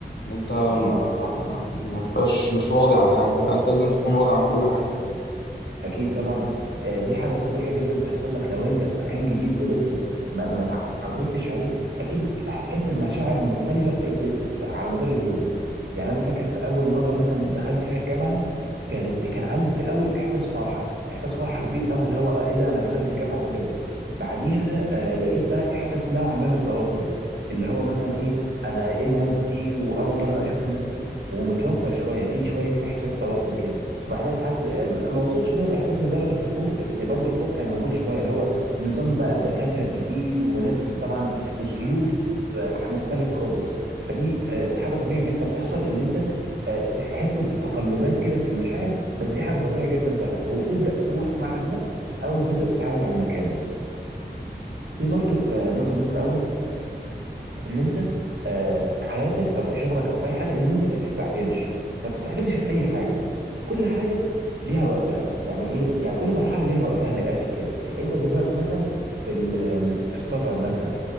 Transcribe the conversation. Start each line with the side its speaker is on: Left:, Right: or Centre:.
Left: ان انت ما,
Right: اكيد
Left: ما تبقاش مش راضي عن حاجة لا انت لازم تكون راضي عن كل حاجة
Right: اكيد طبعا آه، دي حاجه طبيعي جدا تحصل لك لو انت في مكان جديد ولسه ما ما اتعودتش عليه اكيد هتحس بمشاعر مختلفه في بقيه في- على مدار اليوم يعني انا فاكر في اول مره مثلا دخلت فيها الجامعه كانت كان عندي في الاول احساس فرحه احساس فرحه كبير قوي اللي هو ايه ده انا دخلت الجامعه وكده بعديها آه لقيت بقى احساس نوعا ما بالتوتر اللي هو مثلا ايه انا ايه الناس دي واول مره اشوف الناس دي ومتوتر شويه في شويه احساس توتر كده وبعدها ساعات آه، ما وصلش بقى الاحساس لدرجه الخوف بس برضو الخوف كان موجود شويه اللي هو نظام بقى الدكاتره الجديد وناس طبعا اسلوب آه، مختلف خالص فدي آه، حاجه طبيعي جدا تحصل ان انت آه، تحس بتقلبات كده في المشاعر بس دي حاجه طبيعي جدا تحصل وبتبدا تروح مع الوقت اول ما تبدا تتعود على المكان في برضو آه، نقطه مهمه قوي ان انت آه، في حياتك او في شغلك او في اي حاجه ان انت ما تستعجلش ما تستعجلش في اي حاجه كل حاجه ليها وقتها يعني ايه يعني كل مرحله ليها وقتها من الاخر كده انت دلوقتي مثلا في ال- في السفر مثلا